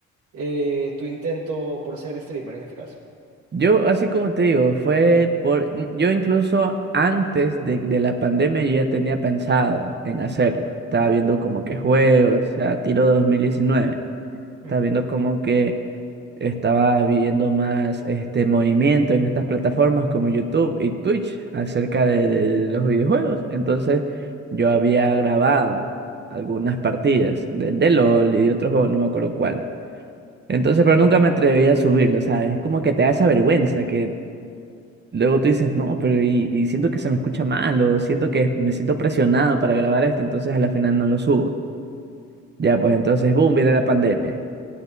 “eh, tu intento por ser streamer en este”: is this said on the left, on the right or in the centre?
Right